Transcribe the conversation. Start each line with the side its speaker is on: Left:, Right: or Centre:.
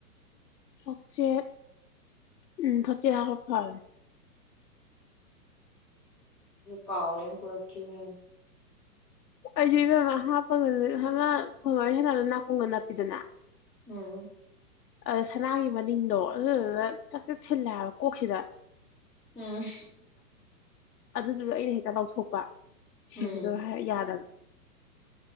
Left: ꯐꯆ ꯎꯝ ꯐ ꯐ
Centre: ꯀꯥꯎꯔꯦꯅ ꯄꯨꯔꯛꯈꯤꯅꯦ
Left: ꯑꯩꯁ ꯏꯕꯃꯥ ꯍꯥꯞꯄꯒꯃꯃ ꯁꯅꯥꯗꯣ ꯅꯥꯀꯣꯡꯒ ꯅꯞꯄꯤꯗꯅ
Centre: ꯎꯝ
Left: ꯑ ꯁꯅꯥꯒꯤ ꯃꯅꯤꯡꯗꯣ ꯑꯣ ꯆꯥꯛꯁꯦꯂ ꯑꯣꯁꯤꯗ
Centre: ꯑꯝ
Left: ꯑꯗꯨꯗꯨꯒ ꯑꯩꯅ ꯍꯦꯛꯇ ꯂꯧꯥꯎꯊꯣꯛꯄ
Centre: ꯎꯝ
Left: ꯁꯤꯕꯗꯣ ꯌꯥꯗꯕ